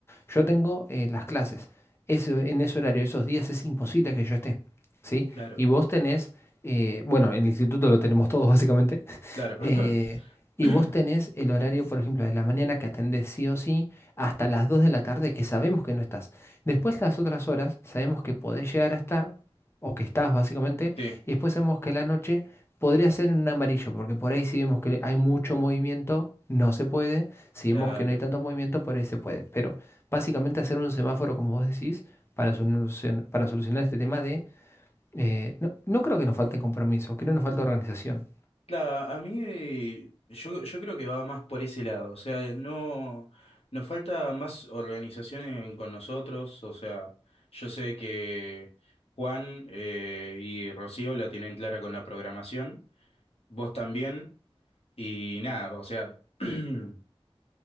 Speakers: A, on the left; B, on the left.
A: Yo tengo eh, las clases, ese- en ese horario, esos días es imposible que yo esté, ¿sí?
B: claro,
A: Y vos tenés, eh, bueno, el instituto lo tenemos todos básicamente,
B: claro.
A: eh, y
B: <laughs> <clears throat>
A: vos tenés el horario, por ejemplo, de la mañana que atendés sí o sí, hasta las 2 de la tarde que sabemos que no estás. Después las otras horas sabemos que podés llegar a estar, o que estás básicamente,
B: Sí,
A: y después sabemos que la noche podría ser en un amarillo, porque por ahí si vemos que hay mucho movimiento, no se puede. Si
B: claro.
A: vemos que no hay tanto movimiento, por ahí se puede. Pero básicamente hacer un semáforo, como vos decís, para solucion- para solucionar este tema de... eh, no, no creo que nos falte compromiso, creo que nos falta organización.
B: Claro, a mí eh, yo, yo creo que va más por ese lado, o sea, eh, no nos falta más organización en- con nosotros, o sea, yo sé que Juan eh, y Rocío la tienen clara con la programación, vos también, y nada, o sea, <clears throat>